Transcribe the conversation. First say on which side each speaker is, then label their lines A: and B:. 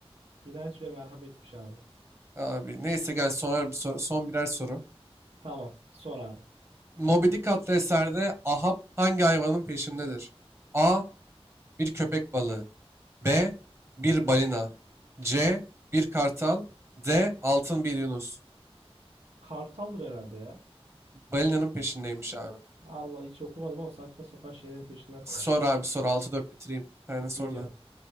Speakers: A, on the right (about 80°); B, on the right (about 25°).
A: İnanç ve merhametmiş abi.
B: Abi neyse gel sorar bir soru. Son birer soru.
A: Tamam. Sor abi.
B: Moby Dick adlı eserde Ahab hangi hayvanın peşindedir? A. Bir köpek balığı. B. Bir balina. C. Bir kartal. D. Altın bir yunus.
A: Kartaldır herhalde ya.
B: Balinanın peşindeymiş abi.
A: Allah hiç okumadım ama saçma sapan şeylerin peşinden <laughs>
B: Sor
A: koşmuş.
B: abi sor. 6-4 bitireyim. Bir tane sor
A: Geliyor.
B: da.